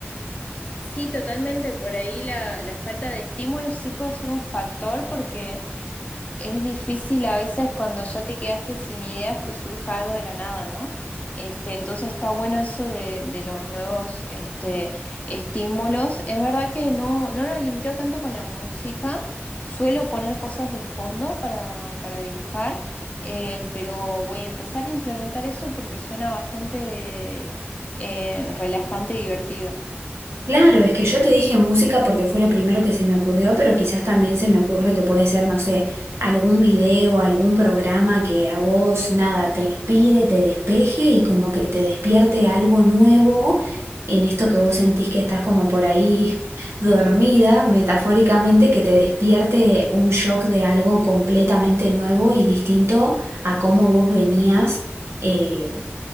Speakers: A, on the left (about 35°); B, on the right (about 80°).
A: Sí, totalmente. Por ahí la, la falta de Estímulo sí puede ser un factor porque Es difícil a veces cuando ya te quedaste sin ideas que surja algo de la nada, ¿no? Este, entonces está bueno eso de, de los nuevos este, estímulos. Es verdad que no, no lo linkeo tanto con la música. Suelo poner cosas de fondo para, para dibujar, eh, pero voy a empezar a implementar eso porque suena bastante eh, relajante y divertido.
B: Claro, es que yo te dije música porque fue lo primero que se me ocurrió, pero quizás también se me ocurre que puede ser, no sé, algún video, algún programa que a vos nada te inspire, te despeje y como que te despierte algo nuevo en esto que vos sentís que estás como por ahí <laughs> dormida, metafóricamente, que te despierte un shock de algo completamente nuevo y distinto a cómo vos venías. eh,